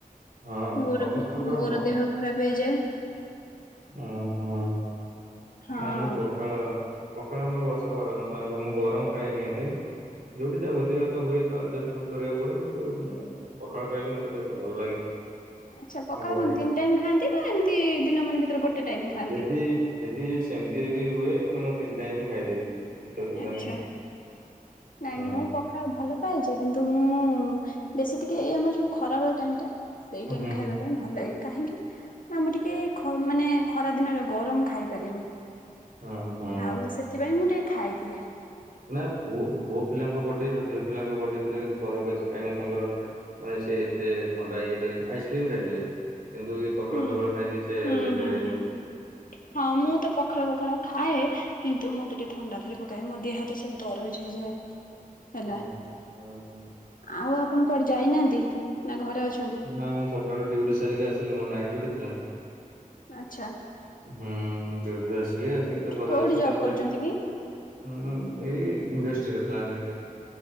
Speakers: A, on the right; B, on the left.
A: ହଁ
B: ମୋର
A: ସମସ୍ତଙ୍କର
B: ମୋର
A: ନୁହଁ
B: ଦେହ ଖରାପ ହେଇଯାଏ।
A: ଅ, ହଁ।
B: ହଁ।
A: ନା ମୁଁ ପଖାଳ ପଖାଳ ମୋର ବର୍ଷ କ ବାର ମାସ ଯାଙ୍କ ମୁଁ ଗରମ ଖାଏନି ଏତେ। ଯୋଉଠି ଯା ଭୋଜିଭାତ ହୁଏ ତ ଆଡ୍ ଜଷ୍ଟ ମେଣ୍ଟ କରିବାକୁ ପଡେ କିନ୍ତୁ ମୁଁ ପଖାଳ ଖାଇଲେ ମତେ ଟିକେ ଭଲ ଲାଗେ।
B: ଆଚ୍ଛା
A: କାହିଁକିନା
B: ପଖଆଳ
A: ବଡି
B: କଣ ତିନି ଟାଇମ୍ ଖାଆନ୍ତି ନା ଏମିତି ଦିନ ମାନ୍ ଭିତରେ ଗୋଟେ ଟାଇମ୍ ଖାଆନ୍ତି?
A: ଯଦି ଯଦି ସେମିତି ବି ହୁଏ ତାହେଲେ ମୁଁ ତିନି ଟାଇମ ବି ଖାଇଦେବି। କିଛି ଅସୁବିଧା
B: ଆଛା
A: ନାହିଁ।
B: ନାଇଁ
A: ହୁଁ
B: ମୁଁ ପ ପାଖାଳ ଭଲ ପାଏଜେ କିନ୍ତୁ ମୁଁ ବେଶୀ ଟିକେ ଏଇ ଆମର ଯୋଉ ଖରା ବେଳ ଟାଇମ୍ ଟା ଏଇ ଟାଇମ
A: ହୁଁ
B: ଖାଇବା ପାଇଁ ଭଲ ଲାଗେ କାହିଁକି? ନା ମୁଁ ଟିକେ ମାନେ ଖରା ଦିନରେ ଗରମ ଖାଇ ପାରେନି।
A: ହୁଁ ହୁଁ
B: ଆଉ ସେଥି ପାଇଁ ମୁଁ ଟିକେ ଖାଇଦିଏ।
A: ନା ପୁଅ ପୁଅ ପିଲାଙ୍କ ବଡି ଆଉ ଝିଅ ପିଲାଙ୍କ ବଡି ବିିତରେ କିଛି ଫରକ ଅଛି, କାହିଁକି ନା ତାଙ୍କର ମାନେ ସେ ଏତେ ଥଣ୍ଡା ଇଏ କରି ଆଇସ୍କ୍ରିମ ଖାଇଦେବେ କିନ୍ତୁ ପଖାଳ,
B: ହୁଁ
A: ଫଖାଳ ଖାଇକି ସେ
B: ହୁଁ
A: ରହିପାରିବେନି।
B: ହୁଁ ହୁଁ ହଁ ମୁଁ ତ ପଖାଳ ପଖାଳ ଖାଏ କିନ୍ତୁ ମତେ ଟିକେ ଥଣ୍ଡା ଧରି ପକାଏ ମୋ ଦେହ ହାତ ସବୁ ଦରଜ ହେଇଯାଏ। ହେଲା
A: ହୁଁ ହୁଁ ହୁଁ
B: ଆଉ ଆପଣ କୁଆଡେ ଯାଇନାହାନ୍ତି ନା ଘରେ ଅଛନ୍ତି?
A: ନା ମୁଁ ସକାଳେ ଡ୍ୟୁଟି ସାରିକି ଆସିଲି ମୋର ନାଇଟ ଡ୍ୟୁଟି ଥିଲା।
B: ଆଛା।
A: ହୁଁ <unintelligible> ରୁ ଆସିଲି ଆସିକି ତ ଘରେ
B: କୋଉଠି
A: ଅଛି
B: ଜବ୍
A: ତାପରେ
B: କରୁଛନ୍ତି କି?
A: ହୁଁ ଏଇ ଇଣ୍ଡଷ୍ଟ୍ରିରେ ପ୍ଲାନ୍